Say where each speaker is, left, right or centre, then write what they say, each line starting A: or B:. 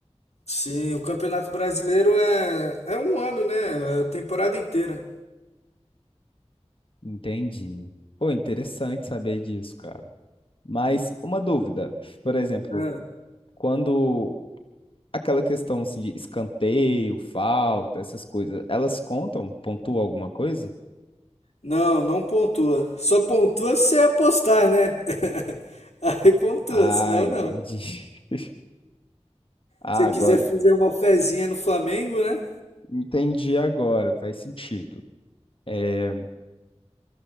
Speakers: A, on the left; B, on the left.
A: Sim, o Campeonato Brasileiro é, é um ano, né? É a temporada inteira.
B: Entendi. Pô, interessante saber disso, cara. Mas uma dúvida, por exemplo,
A: É.
B: quando aquela questão assim, de escanteio, falta, essas coisas, elas contam, pontuam alguma coisa?
A: Não, não pontua. Só pontua se você apostar, né? <laughs> Aí pontua,
B: Ah,
A: senão
B: entendi.
A: não.
B: <laughs> Ah,
A: Se
B: agora.
A: quiser fazer uma fezinha no Flamengo, né?
B: Entendi agora, faz sentido. É,